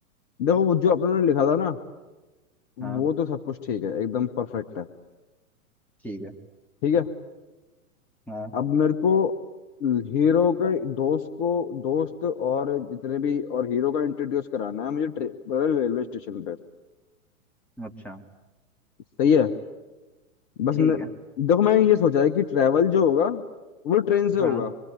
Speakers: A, on the left (about 40°); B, in the centre.
A: देखो वो जो आप लोगों ने लिखा था ना
B: हाँ
A: वो तो सब कुछ ठीक है एकदम परफेक्ट है
B: ठीक है
A: ठीक है
B: हाँ
A: अब मेरे को हीरो के दोस्त को दोस्त और जितने भी और हीरो का इंट्रोड्यूस कराना है मुझे रेलवे स्टेशन पे
B: अच्छा
A: सही है बस
B: ठीक
A: मैं
B: है
A: देखो मैंने ये सोचा है कि ट्रैवल जो होगा वो ट्रेन से
B: हाँ
A: होगा